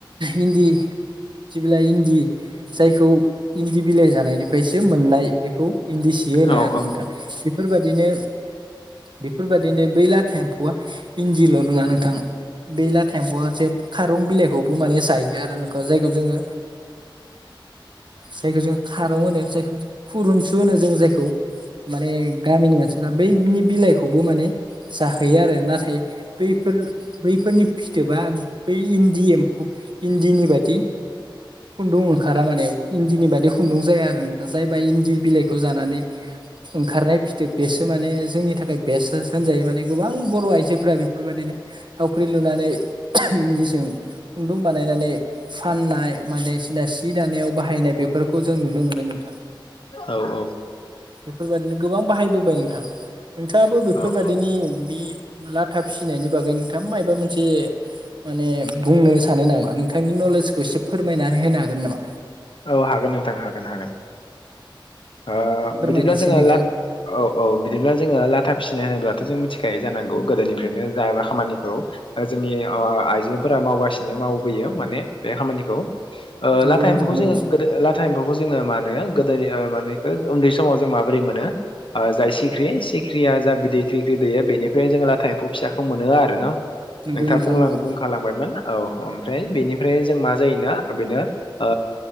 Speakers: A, on the right; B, on the left.
A: इन्दि, जिबिलाइ इन्दि जायखौ इन्दि बिलाइ जानायनिफ्रायसो मोननाय बेखौ इन्दि सि होनाय
B: औ
A: आरो नोंथां बेफोरबायदिनो, बेफोरबायदिनो बै लाथा एम्फौआ इन्दिल' नङा नोंथां, बेलाथा एम्फौआ जे खारं बिलाइखौबो माने जायो आरो नों जायखौ जोङो, जायखौ जों खारं होनो जायखौ खुरुनसु होनो जों जायखौ माने गामिनि मानसिफ्रा बैनि बिलाइखौबो माने जाहोयो आरो नाथाय बैफोर बैफोरनि फिथोबा बै इन्दि एम्फौ इन्दिनि बादि खुन्दुं ओंखारा माने इन्दिनि बादि खुन्दुं जाया आरो जायबा इन्दि बिलाइखौ जानानै ओंखारनाय फिथोब बेसो माने जोंनि थाखाय बेसो होनजायो माने गोबां बर' आइजोफोरा बेफोरबायदिनो थावख्रि, लुनानै इन्दिजों खुन्दुं बानायनानै फाननाय माने सिदा सि जानायाव बाहायनाय बेफोरखौ जों नुनो मोनो नोंथां
B: औ औ।
A: बेफोरबायदिनो गोबां बाहायबोबाय नोंथां नोंथाङाबो
B: औ
A: बेफोरबायदिनि बि लाथा फिसिनायनि बागै नोंथां माबा मोनसे माने बुंनो सानो नामा नों? नोंथांनि नलेजखौ एसे फोरमायनानै होनो हागोन नामा?
B: औ हागोन नोंथां हागोन हागोन ओ
A: फोरमायनायसै
B: बिदिब्ला जोङो
A: नोंथां
B: ला औ औ बिदिब्ला जोङो लाथा फिसिनाय होनोब्लाथ' जों मिथि मिथिखायो जानांगौ गोदोनिफ्रायनो जायाबा खामानिखौ जोंनि आइजोफोरा मावगासिनो मावबोयो। बेयाव माने बे खामानिखौ ओ
A: नंगौ
B: लाथा
A: नोंथां
B: एम्फौखौ
A: नंगौ
B: जोङो गोदो लाथा एम्फौखौ मा होनो, गोदोनि मानेखौ उन्दै समाव जों माबोरै मोनो, जाय सिख्रि सिख्रिया जा बिदै खिरिख्रि दैयो बेनिफ्राय जोङो लाथा एम्फौ फिसाखौ मोनो आरो ना? नोंथाङा
A: नंगौ नोंथां
B: बुंलां
A: नंगौ
B: बुंखालांबायमोन औ ओमफ्राय बेनिफ्राय जों मा जायोना बेनो, ओ